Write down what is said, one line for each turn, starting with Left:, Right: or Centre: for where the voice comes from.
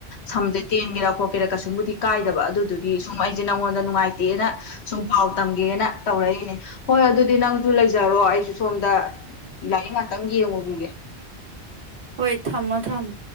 Left: ꯁꯝꯗ ꯇꯦꯟꯒꯦꯔꯥ ꯈꯣ ꯇꯦꯔꯥ ꯀꯁꯨꯝꯕꯨꯗꯤ ꯀꯥꯏꯗꯕ ꯑꯗꯨꯗꯨꯗꯤ ꯁꯨꯝꯃꯥꯏꯁꯤꯦ ꯑꯩꯉꯣꯟꯗ ꯅꯨꯡꯉꯥꯏꯇꯦꯅ ꯁꯨꯝ ꯄꯥꯎ ꯇꯝꯒꯦꯅ ꯇꯧꯔꯛꯏꯅꯦ ꯍꯣꯏ ꯑꯗꯨꯗꯤ ꯅꯪꯁꯨ ꯂꯩꯖꯔꯣ ꯑꯩꯁꯨ ꯁꯣꯝꯗ ꯂꯥꯏꯅꯤꯡ ꯪ ꯌꯦ ꯌꯦꯡꯉꯨꯒꯤꯒꯦ
Right: ꯍꯣꯏ ꯊꯝꯃꯣ ꯊꯝꯃꯣ